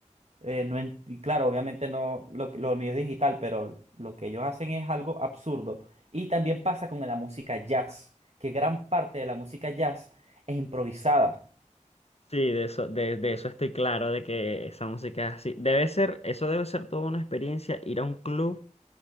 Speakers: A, on the right (about 55°); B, on the left (about 50°).
A: eh, no en- y claro, obviamente no, lo, que- lo mío es digital, pero lo que ellos hacen es algo absurdo. Y también pasa con la música jazz, que gran parte de la música jazz es improvisada.
B: Sí, de eso, de, de eso estoy claro, de que esa música es así. Debe ser, eso debe ser toda una experiencia, ir a un club